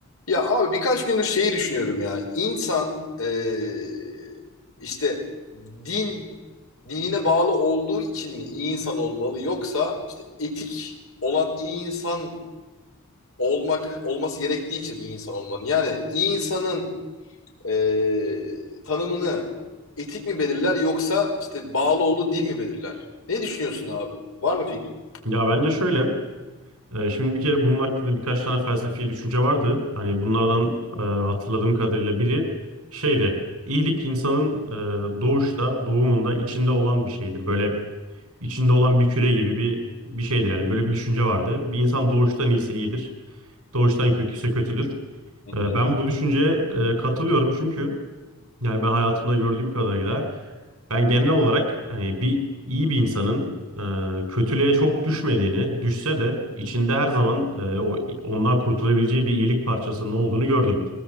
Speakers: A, on the left; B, on the right.
A: Ya abi birkaç gündür şeyi düşünüyorum ya. İnsan eee, işte din dinine bağlı olduğu için mi iyi insan olmalı yoksa işte etik olan iyi insan olmak olması gerektiği için mi iyi insan olmalı? Yani iyi insanın eee, tanımını etik mi belirler yoksa işte bağlı olduğu din mi belirler? Ne düşünüyorsun abi? Var mı fikrin?
B: Ya bence şöyle. e, Şimdi bir kere bunun hakkında birkaç tane felsefi düşünce vardı. Hani bunlardan e, hatırladığım kadarıyla biri şeydi. İyilik insanın e, doğuşta, doğumunda içinde olan bir şeydir. Böyle içinde olan bir küre gibi bir bir şeydir. Yani böyle bir düşünce vardı. Bir insan doğuştan iyiyse iyidir. Doğuştan kötüyse kötüdür.
A: Hı
B: E,
A: hı,
B: Ben bu düşünceye e, katılıyorum çünkü yani ben hayatımda gördüğüm kadarıyla ben genel olarak hani bir iyi bir insanın e, kötülüğe çok düşmediğini, düşse de içinde her zaman e, o ondan kurtulabileceği bir iyilik parçasının olduğunu gördüm.